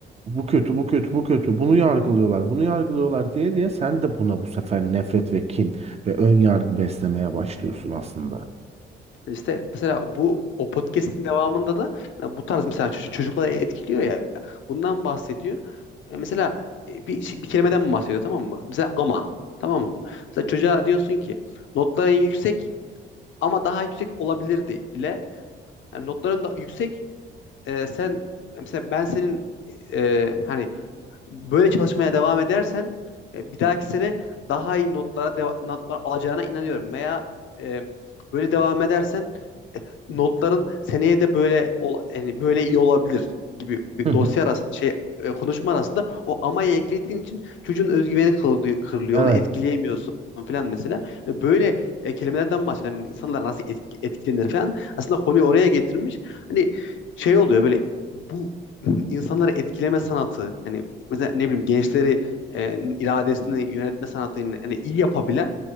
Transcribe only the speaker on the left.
İşte mesela bu o podcast'in devamında da hani bu tarz mesela ço- çocukları etkiliyor ya. Bundan bahsediyor. E, mesela e, bir, şey- bir kelimeden bahsediyor tamam mı? Mesela ama tamam mı? Mesela çocuğa diyorsun ki notların yüksek ama daha yüksek olabilirdi ile yani notların da yüksek e, sen mesela ben senin e, hani böyle çalışmaya devam edersen e, bir dahaki sene daha iyi notlara deva- notlar alacağına inanıyorum veya e, böyle devam edersen notların seneye de böyle ol- yani böyle iyi olabilir gibi bir
dosya arası şey e, konuşma arasında o amayı eklediğin için çocuğun özgüveni kırılıyor, kırılıyor.
Onu etkileyemiyorsun falan mesela. Hani böyle e, kelimelerden bahsediyor. Hani insanlar nasıl etki- etkilenir falan. Aslında konuyu oraya getirmiş. Hani şey oluyor böyle bu insanları etkileme sanatı yani mesela ne bileyim gençleri e, iradesini yönetme sanatını yani iyi yapabilen